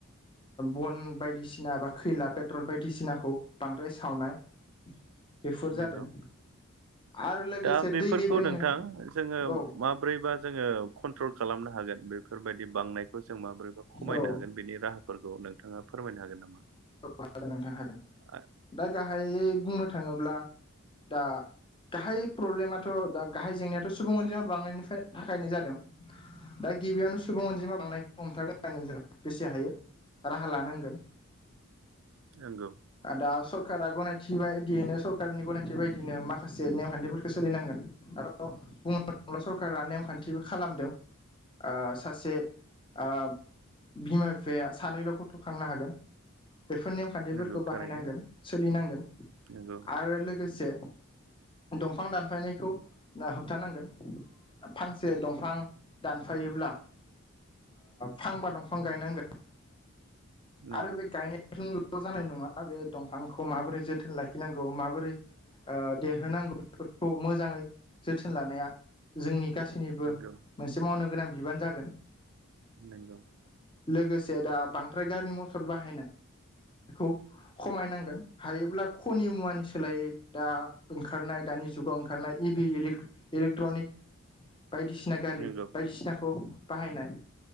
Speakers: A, on the left; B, on the right.
A: बन बायदिसिना ब खैला पेट्रल बायदिसिनाखौ बांद्राय सावनाय बेफोर जादों।
B: नंगौ
A: आरो लोगोसे
B: दा बेफोरखौ
A: दै गेब्रेंनो
B: नोंथां जोङो
A: औ
B: माब्रैबा जोङो कन्ट्रल खालामनो हागोन बे फोरबायदि बांनायखौ जों माबोरैबा खमायनो
A: औ
B: हागोन बेनि राहाफोरखौ नोंथाङा फोरमायनो हागोन नामा?
A: औ हागोन नोंथां हागोन
B: आ-
A: दा गाहायै बुंनो थाङोब्ला दा गाहाय प्रब्लेमाथ' दा गाहाय जेंनायाथ' सुबुं अनजिमा बांनायनिफ्राय थाखायनो जादों दा गिबियावनो सुबुं अनजिमा बांनायखौ हमथारनोनांगोन जों बेसे हायो राहा लानांगोन
B: नंगौ
A: दा सरकारा गनायथि बायदियैनो सरकारनि गनायथि बायदियैनो
B: उम,
A: माखासे नेमखान्थिफोरखौ सोलिनांगोन आरो बुंनो थाङोब्ला सरकारा नेमखान्थिबो खालामदों ओ सासे ओ बिमा बिफाया सानैल' गथ'खांनो हागोन बेफोर नेम खान्थिफोरखौ
B: नंगौ
A: बाहायनांगोन
B: थारैनो
A: सोलिनांगोन
B: नंगौ
A: आरो लोगोसे दंफां दानफायनायखौा होबथानांगोन फांसे दंफां दानफायोब्ला फांबा दंफां गायनांगोन
B: नंगौ
A: आरो बे गायनायजोंल' जानाय नङा बे दंफांखौ माबोरै जोथोन लाखिनांगौ माबोरै ओ देरहोनांगौ बेफोरखौ मोजाङै जोथोन लानाया जोंनि गासैनिबो
B: नंगौ
A: मोनसे मावनो गोनां बिबान जागोन
B: नगं
A: लोगोसे दा बांद्राय गारि मथर बाहायनाय बेखौ खमायनांगोन हायोब्ला खनि मुवानि सोलायै दा ओंखारनाय दानि जुगाव ओंखारनाय इ भि इलिग इलेक्ट्रनिक बायदिसि ना गारि
B: नंगौ
A: बायदिसिनाखौ बाहायनाय